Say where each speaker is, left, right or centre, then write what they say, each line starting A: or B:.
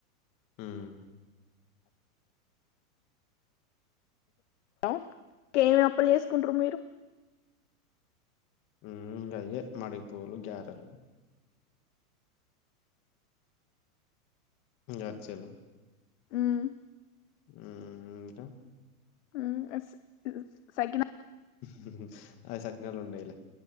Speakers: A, on the left (about 30°); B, on the left (about 50°).
A: హ్మ్.
B: ఇంకేమి అప్పలు చేసుకుంటారు మీరు.
A: ఉమ్ అయే మడి పూవులు గ్యారెలు. అచ్చలు.
B: హ్మ్.
A: హ్మ్ హ్మ్ ఇంకా.
B: హ్మ్ సకినాల్.
A: హు హు అదే సకినాలు ఉన్నాయి.